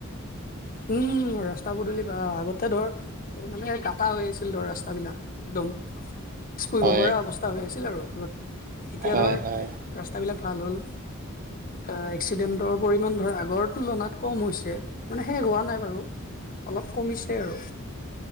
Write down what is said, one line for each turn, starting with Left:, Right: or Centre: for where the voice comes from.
Left: উম ৰাস্তা পদূলি বা আগতে ধৰ এই মানে গাটা হৈ আছিল ধৰ ৰাস্তাবিলাক একদম মাছ পুহিব
Right: হয়,
Left: পৰা অৱস্থা হৈ আছিল আৰু আগতে এতিয়া
Right: হয়,
Left: ধৰ
Right: হয়।
Left: ৰাস্তাবিলাক ভাল হ'ল আ এক্সিডেণ্টৰ পৰিমাণ ধৰ আগৰ তুলনাত কম হৈছে মানে শেষ হোৱা নাই বাৰু অলপ কমিছে আৰু